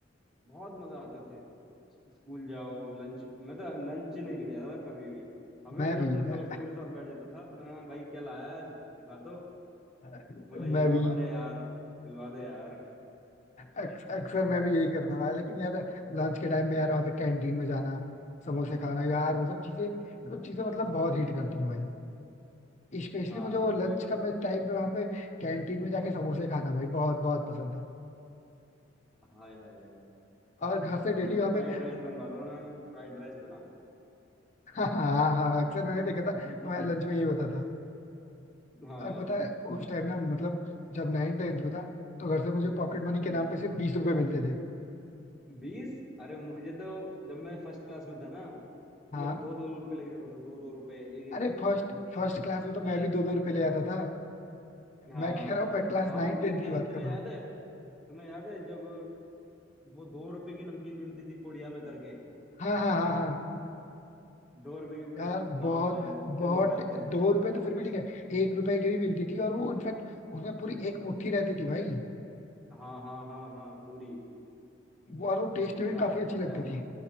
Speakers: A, in the centre; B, on the left (about 40°).
A: बहुत मजा आते थे स्कूल जाओ लंच मैं तो लंच नहीं लेके जाता था कभी भी हमेशा
B: मैं भी
A: अपने
B: मैं,
A: दोस्तों के साथ बैठ जाता था मैं भाई क्या लाया है आज दिखा तो
B: मैं
A: बोला ये ला
B: भी
A: हमारे यार खिलवा दे यार
B: अक्स- अक्सर मैं भी यही करता था लेकिन यार लंच के टाइम में यार वहाँ पे कैंटीन में जाना समोसे खाना यार वो सब चीजें वो सब चीजें मतलब बहुत हिट करती हैं भाई स्पेशली
A: हाँ
B: मुझे वो लंच
A: बिल्कुल
B: का मैं टाइम पे वहाँ पे कैंटीन में जाके समोसे खाना भाई बहुत बहुत पसंद था
A: हाय हाय
B: और घर से डेली
A: मैं
B: वहाँ
A: तो फ्राइड
B: पे
A: राइस बनवाता था मैम फ्राइड राइस बना दो
B: <laughs> हाँ हाँ हाँ अक्सर मैंने देखा था
A: <laughs>
B: तुम्हारे लंच में ये होता था
A: हाँ
B: और पता है उस टाइम ना मतलब जब नाइन टेंथ में था तो घर से मुझे पॉकेट मनी के
A: हाँ
B: नाम पे सिर्फ बीस रुपए मिलते थे
A: बीस अरे मुझे तो जब मैं फर्स्ट क्लास में था ना तो
B: हाँ
A: मैं दो दो रुपए लेके जाता था दो दो रुपए एक
B: अरे
A: एक रुपया
B: फर्स्ट फर्स्ट क्लास में तो मैं भी दो दो रुपए ले आता था
A: हाँ
B: मैं कह रहा हूँ मैं क्लास
A: वहां
B: नाइन
A: मिलती
B: टेंथ
A: थी
B: की बात
A: तुम्हें
B: कर रहा
A: याद
B: हूँ
A: है तुम्हें याद है जब वो दो रुपए की नमकीन मिलती थी पुड़िया में करके
B: हाँ हाँ हाँ हाँ
A: दो रुपए की पुड़िया
B: यार
A: लाओ
B: बहुत
A: भाई चलो
B: बहुत
A: खाते हैं
B: दो रुपए तो फिर भी ठीक है एक रुपए की भी मिलती थी और वो इनफैक्ट उसमें पूरी एक मुट्ठी रहती थी भाई
A: हाँ हाँ हाँ हाँ पूरी
B: वो और वो टेस्ट
A: मजा
B: भी काफी
A: आते
B: अच्छी
A: थे
B: लगती
A: यार
B: थी